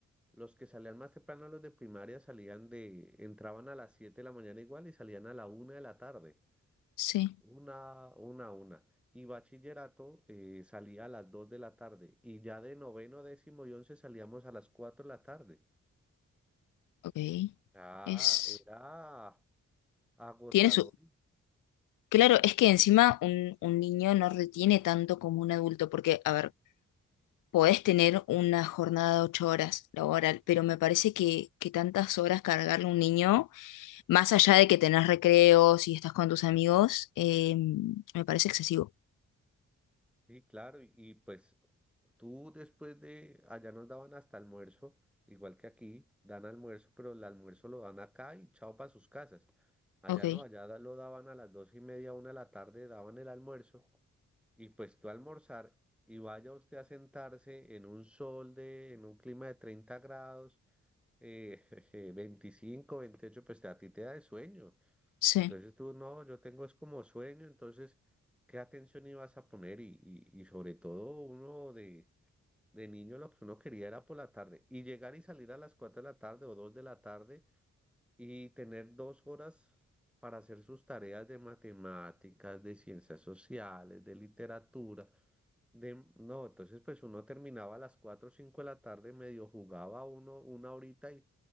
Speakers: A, in the centre; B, on the left (about 75°).
A: los que salían más temprano, los de primaria, salían de, entraban a las 7 de la mañana igual y salían a la una de la tarde.
B: sí,
A: Una, una, una. Y bachillerato eh, salía a las 2 de la tarde y ya de noveno, décimo y once salíamos a las 4 de la tarde.
B: ok.
A: Ah,
B: Es,
A: era agotador.
B: tiene su, claro, es que encima un, un niño no retiene tanto como un adulto, porque, a ver, podés tener una jornada de ocho horas laboral, pero me parece que, que tantas horas cargarle a un niño Más allá de que tenés recreos y estás con tus amigos, eh, me parece excesivo.
A: Sí, claro. Y, y pues tú después de, allá nos daban hasta almuerzo, igual que aquí, dan almuerzo, pero el almuerzo lo dan acá y chao para sus casas. Allá
B: Ok,
A: no, allá da- lo daban a las dos y media, una de la tarde, daban el almuerzo. y pues tú almorzar y vaya usted a sentarse en un sol de, en un clima de 30 grados, eh, <laughs> jeje, 25, pues a ti te da de sueño.
B: sí,
A: Entonces tú no, yo tengo es como sueño, entonces, ¿qué atención ibas a poner? Y, y, y sobre todo uno de, de niño lo que uno quería era por la tarde y llegar y salir a las 4 de la tarde o 2 de la tarde y tener dos horas. para hacer sus tareas de matemáticas, de ciencias sociales, de literatura, de, no, entonces pues uno terminaba a las 4 o 5 de la tarde, medio jugaba uno una horita y